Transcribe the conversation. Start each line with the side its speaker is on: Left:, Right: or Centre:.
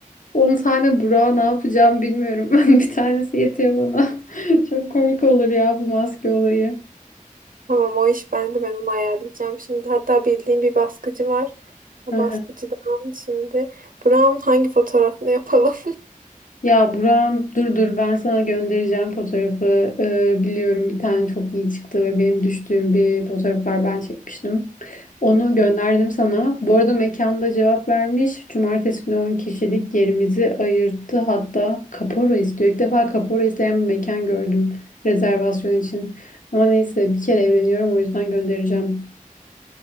Left: 10 tane Burak'a ne yapacağım bilmiyorum. <laughs> Bir tanesi yetiyor bana. <laughs> Çok komik olur ya bu maske olayı.
Right: Tamam o iş bende ben onu ayarlayacağım şimdi. Hatta bildiğim bir baskıcı var. O
Left: <laughs>
Right: baskıcıdan şimdi Brown hangi fotoğrafını yapalım?
Left: Ya Buram dur dur ben sana göndereceğim fotoğrafı. Ee, biliyorum bir tane çok iyi çıktı ve benim düştüğüm bir fotoğraf var ben çekmiştim. Onu gönderdim sana. Bu arada mekanda cevap vermiş. Cumartesi günü 10 kişilik yerimizi ayırttı. Hatta kapora istiyor. İlk defa kapora isteyen bir mekan gördüm rezervasyon için. Ama neyse bir kere evleniyorum o yüzden göndereceğim.